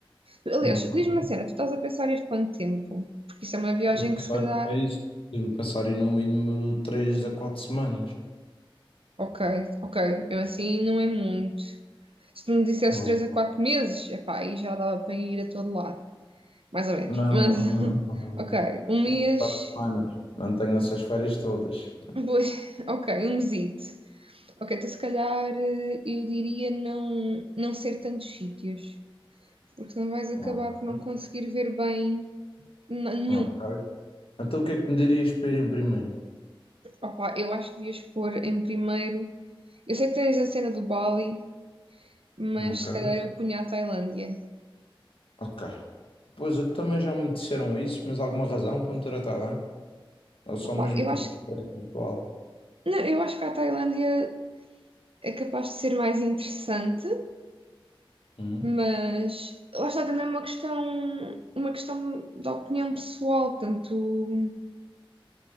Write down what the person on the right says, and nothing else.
Aliás,
diz-me uma cena, tu estás a pensar em ir quanto tempo? Porque isso é uma viagem
que se calhar,
ok, ok, eu assim não é muito. Se tu me dissesses
3 a 4 meses, epá, aí já dava para ir a todo lado, mais ou menos.
Mas,
<laughs>
ok,
um mês,
pois, <laughs> ok, um mesito. Ok, então se calhar eh, eu diria não, não ser tantos sítios. porque senão vais acabar
por não conseguir ver bem nenhum.
Opa, eu acho que devias pôr em primeiro. Eu sei que tens a cena do Bali, mas
se calhar eu punha a Tailândia.
Opa,
eu
acho,
não, eu acho que a Tailândia é capaz de ser mais interessante,
mas lá está também uma questão, uma questão da opinião pessoal, portanto,